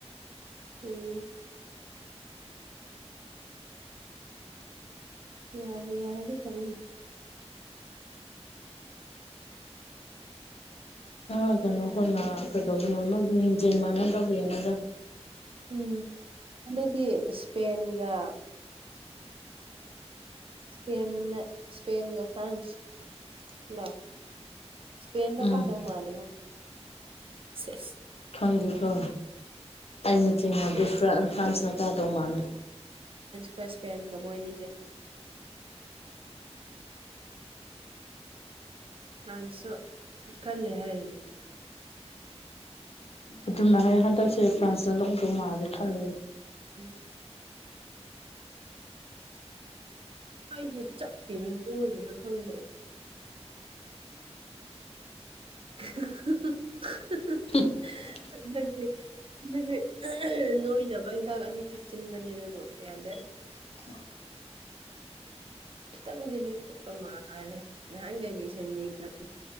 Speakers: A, on the right; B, on the left.
A: ꯎꯝ ꯌꯥꯕꯨ ꯌꯥꯔꯗꯤ ꯐꯩꯅꯦ
B: ꯑ ꯀꯩꯅꯣ ꯈꯣꯏꯅ ꯀꯩꯗꯧꯕꯅꯣ ꯃꯣꯏꯕꯨ ꯂꯤꯡꯖꯦꯜ ꯃꯥꯟꯅꯗꯕꯩꯅꯦꯗ
A: ꯎꯝ ꯍꯟꯗꯛꯇꯤ ꯏꯁꯄꯦꯟꯒ ꯢꯁꯄꯦꯟꯅ ꯏꯁꯄꯦꯟꯒ ꯐ꯭ꯔꯥꯟꯁ ꯂꯥ ꯏꯁꯄꯦꯟꯗ
B: ꯎꯝ
A: ꯀꯥꯗꯧ ꯃꯥꯜꯂꯤꯉꯣ ꯁꯦꯖ
B: ꯈꯪꯗꯦꯀꯣ ꯑꯩꯅ ꯆꯤꯡꯅꯕꯗꯤ
A: ꯏꯁꯄꯦꯟ
B: ꯐ꯭ꯔꯟ ꯐ꯭ꯔꯥꯟꯁꯅ ꯀꯥꯗꯧ ꯃꯥꯟꯂꯦ
A: ꯄ꯭ꯔꯁꯄꯦꯟꯒ ꯃꯣꯏꯅꯤꯁꯦ ꯐ꯭ꯔꯥꯟꯁ ꯁꯨ ꯀꯜꯂꯦ ꯍꯥꯏꯔꯤꯅꯦ
B: ꯑꯗꯨꯝꯅ ꯍꯥꯏ ꯍꯟꯗꯛꯁꯦ ꯐ꯭ꯔꯥꯟꯁꯅ ꯂꯧꯗꯧ ꯃꯥꯟꯂꯦ ꯈꯜꯂꯦ
A: ꯎꯝ ꯑꯩꯁꯦ ꯆꯞꯄꯤꯔ ꯅꯣꯏꯔꯤꯔ ꯈꯪꯗ꯭ꯔꯦ <unintelligible>
B: <unintelligible>
A: ꯍꯟꯗꯛꯁꯦ ꯍꯟꯗꯛꯁꯦ ꯅꯣꯏꯅꯕ ꯍꯤꯗꯥꯛ ꯑꯅꯤ ꯊꯛꯆꯤꯟꯕꯅꯦ ꯑꯗꯨꯕꯨ ꯌꯥꯗꯦ
B: <unintelligible>
A: ꯈꯤꯇꯪꯗꯤ ꯅꯣꯏꯈꯠꯄ ꯃꯥꯜꯂꯦ ꯅꯍꯥꯟꯒꯩ ꯃꯤꯟꯁꯦꯡ ꯌꯦꯡꯗꯕꯒꯤ